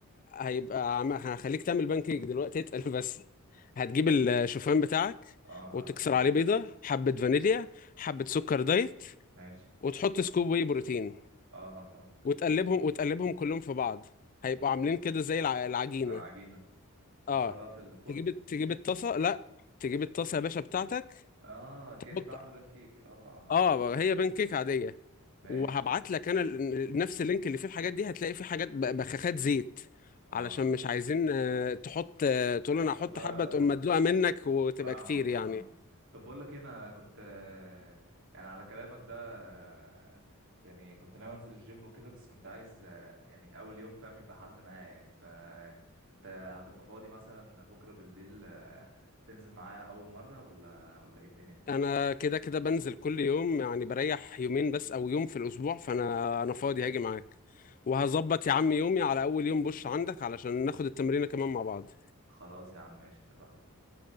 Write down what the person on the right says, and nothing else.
اه
اه تمام
ماشي
اه اه فاهمك
ده العجينة حطها
بقى في الفرن
اه كأني
بعمل بانكيك اه اه
تمام
ماشي
اه
فاهم
ما حطش
بقى
فاهمك
اه آه. طب بقول لك إيه، انا كنت آه، يعني على كلامك ده آه، يعني كنت ناوي انزل الجيم وكده بس كنت عايز آه، يعني اول يوم فاهم يبقى حد معايا يعني فانت هتبقى فاضي مثلا بكرة بالليل آه، تنزل معايا اول مرة ولا ولا ايه الدنيا
خلاص يا عم ماشي اتفقنا